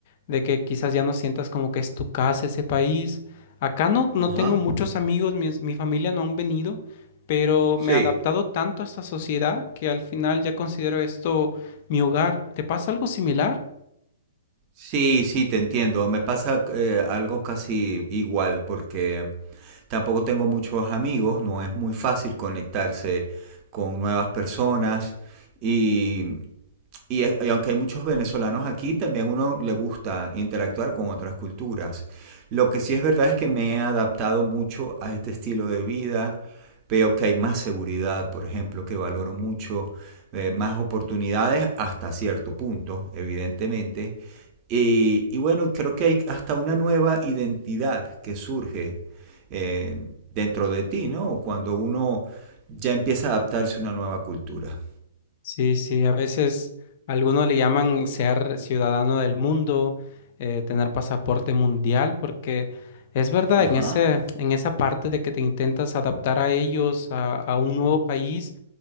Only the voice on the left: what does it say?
de que quizás ya no sientas como que es tu casa ese país. Acá no, no
tengo muchos amigos, mis- mi, familia no han venido, pero
me he adaptado tanto a esta sociedad que al final ya considero esto mi hogar. ¿Te pasa algo similar?
Sí, sí, a veces algunos le llaman ser ciudadano del mundo, eh, tener pasaporte mundial, porque es verdad,
en ese, en esa parte de que te intentas adaptar a ellos, a, a un nuevo país,